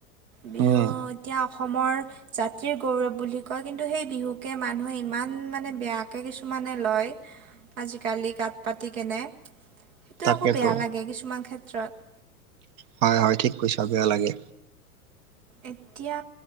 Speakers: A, on the right; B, on the right.
A: বিহু
B: উম
A: এতিয়া অসমৰ জাতিৰ গৌৰৱ বুলি কয় কিন্তু সেই বিহুকে মানুহে ইমান মানে বেয়াকে কিছুমানে লয় আজিকালি গাত পাতি কেনে। সেইটোৱে
B: তাকেতো
A: আকৌ বেয়া লাগে কিছুমান ক্ষেত্ৰত।
B: হয় হয় ঠিক কৈছ বেয়া লাগে।
A: এতিয়া